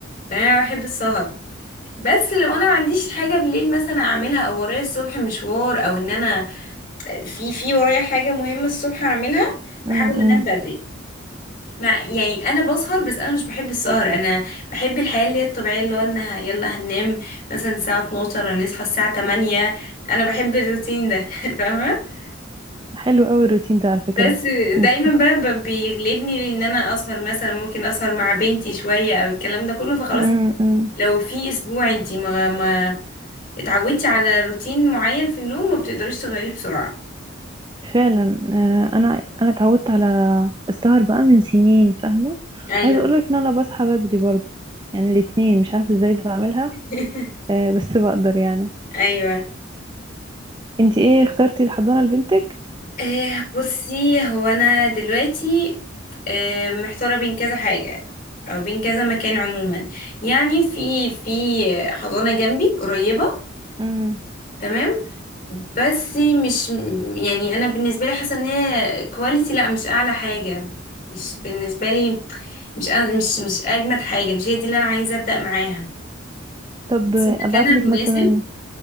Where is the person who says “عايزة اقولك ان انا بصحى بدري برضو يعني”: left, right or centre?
Right